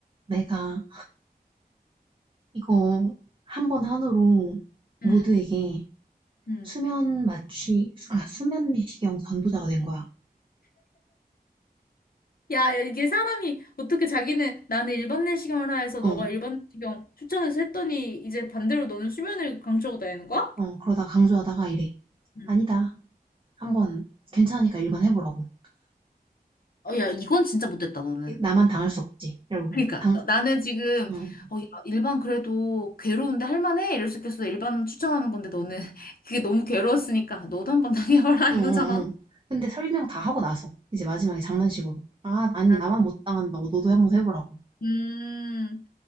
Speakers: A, on the right; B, on the left.
A: 내가 이거 한 번 한으로 모두에게
B: 응, 응.
A: 수면 마취, 아, 수면 내시경 전도자가 된 거야.
B: 야, 야, 이게 사람이 어떻게 자기는 나는 일반 내시경을 하라 해서 너가
A: 어,
B: 일반 내시경 추천해서 했더니 이제 반대로 너는 수면을 강추하고 다니는 거야?
A: 어, 그러다가 강조하다가 이래.
B: 응.
A: 아니다. 한 번 괜찮으니까 일반 해보라고.
B: 어, 야, 이건 진짜 못됐다, 너는.
A: 나만 당할 수 없지. 이러고.
B: 그러니까
A: 당, 어,
B: 나는 지금
A: 응,
B: 어, 야, 일반 그래도 괴로운데 할만해 이럴 수 있겠어 일반 추천하는 건데 너는 <laughs> 그게 너무 괴로웠으니까 너도 한번 <laughs> 당해봐라
A: 응,
B: 이거잖아.
A: 응. 근데 설명 다 하고 나서 이제 마지막에 장난식으로. 아, 아니,
B: 아,
A: 나만 못 당한다고. 너도 한번 해보라고.
B: 음